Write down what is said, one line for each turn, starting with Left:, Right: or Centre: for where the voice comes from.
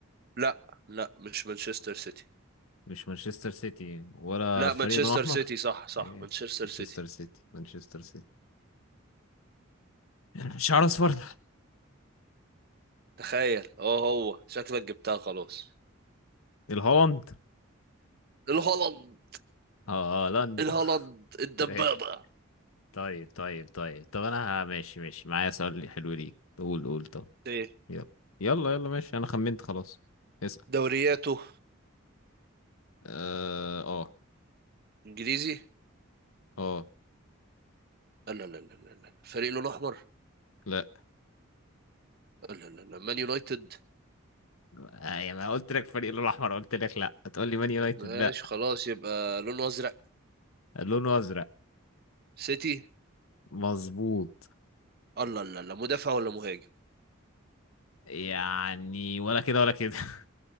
Right: لا لا مش مانشستر سيتي
Left: مش مانشستر سيتي ولا
Right: لا
Left: فريق
Right: مانشستر
Left: لون احمر
Right: سيتي صح صح
Left: إيه،
Right: مانشستر
Left: مانشستر
Right: سيتي
Left: سيتي مانشستر سيتي <laughs> شعر اصفر
Right: تخيل اه هو شكلك جبتها خلاص
Left: الهولند
Right: الهولند
Left: اه هولندا
Right: الهولند
Left: <laughs>
Right: الدبابة
Left: ماشي طيب طيب طيب طب انا ه- ماشي ماشي معايا سؤال حلو ليك قول قول طب
Right: ايه
Left: يلا يلا يلا ماشي انا خمنت خلاص اسأل
Right: دورياته
Left: اه اه
Right: انجليزي
Left: آه،
Right: لا لا لا لا لا فريق لونه احمر
Left: لا
Right: لا لا لا مان يونايتد
Left: آه، يا ما قلت لك فريق لون احمر قلت لك لا هتقول لي مان يونايتد
Right: ماشي
Left: لا
Right: خلاص يبقى لونه ازرق
Left: لونه ازرق
Right: سيتي
Left: مظبوط
Right: الله لا لا مدافع ولا مهاجم
Left: يعني ولا كده ولا كده <laughs>